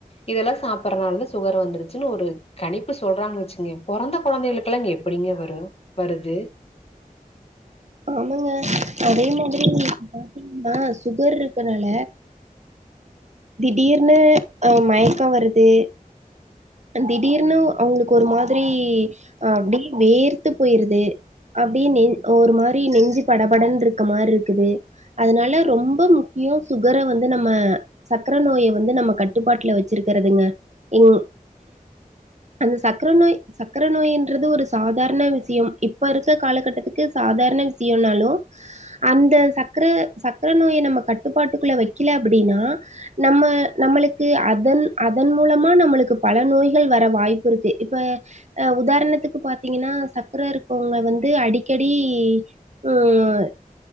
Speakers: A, on the left; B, on the right.
A: இதெல்லா சாப்பறனால தா சுகர் வந்துருச்சு ஒரு கணிப்பு சொல்றாங் வச்சுங்க பொறந்த கொழந்தைகளுகுலா இங்க எப்டிங்க வரும் வருது
B: ஆமாங்க அதே மாரி பாத்தீங்னா சுகர் இருக்கனால திடீர்னு அ மயக்கம் வருது திடீர்னு அவுங்களுக்கு ஒரு மாரி அப்டி வேர்த்து போயிருது அப்டியே நெ ஒரு மாரி நெஞ்சு படபடன்ருக்க மாரி இருக்குது அதுனால ரொம்பொ முக்கியோ சுகர வந்து நம்ம சக்கர நோய வந்து நம்ம கட்டுப்பாட்டுல வச்சிருக்கிறதுங்க இங் அந்த சக்கர நோய் சக்கர நோய்ன்றது ஒரு சாதாரண விஷ்யம் இப்ப இருக்க காலகட்டத்துக் கு சாதாரண விஷ்யோனாலு அந்த சக்கர சக்கர நோய நம்ம கட்டுப்பாட்டுக்குள்ள வைக்கல அப்டினா நம்ம நம்மளுக்கு அதன் அதன் மூலமா நம்மளுக்கு பல நோய்கள் வர வாய்ப்பு இருக்கு இப்ப அ உதாரணத்துக்கு பாத்தீங்கன்னா சக்கர இருக்கவுங்க வந்து அடிக்கடி ம்